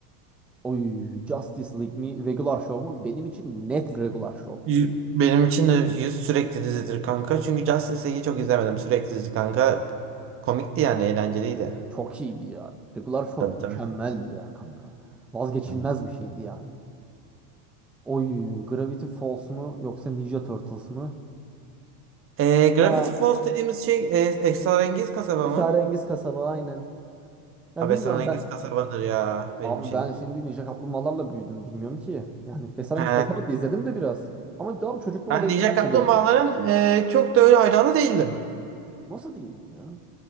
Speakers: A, in the centre; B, on the right.
A: Oy Justice League mi Regular Show mu? Benim için net Regular Show.
B: Y- Benim için de yüz sürekli dizidir kanka. Çünkü Justice League'i çok izlemedim. Sürekli dizi kanka. Komikti yani eğlenceliydi.
A: Çok iyiydi ya. Regular Show
B: Tabii tabii.
A: mükemmeldi ya kanka. Vazgeçilmez
B: Aynen.
A: bir şeydi yani. Oy Gravity Falls mu yoksa Ninja Turtles mı?
B: Ee, Gravity
A: Ha,
B: Falls dediğimiz şey e, esrarengiz kasaba
A: Esrarengiz
B: mı?
A: Kasaba aynen. Ya
B: Abi
A: bilmiyorum
B: esrarengiz
A: ben.
B: kasabadır ya benim
A: Abi
B: için.
A: ben şimdi Ninja Kaplumbağalarla büyüdüm bilmiyorum ki. Yani Esrarengiz
B: He.
A: Kasaba da izledim de biraz. Ama abi çocukluğuma
B: Ben
A: denk
B: Ninja
A: gelmedi.
B: Kaplumbağaların e, çok da öyle hayranı değildim.
A: Nasıl diyeyim ya?